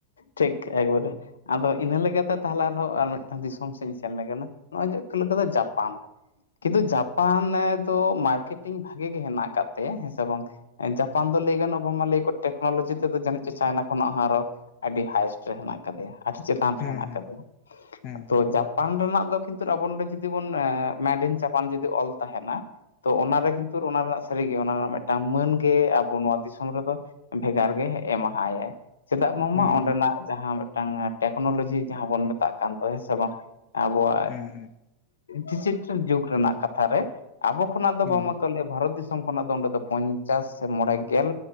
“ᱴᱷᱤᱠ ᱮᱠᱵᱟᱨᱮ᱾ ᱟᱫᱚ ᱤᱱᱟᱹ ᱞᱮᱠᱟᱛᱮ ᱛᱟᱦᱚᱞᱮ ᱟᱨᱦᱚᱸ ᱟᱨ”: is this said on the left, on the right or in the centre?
Left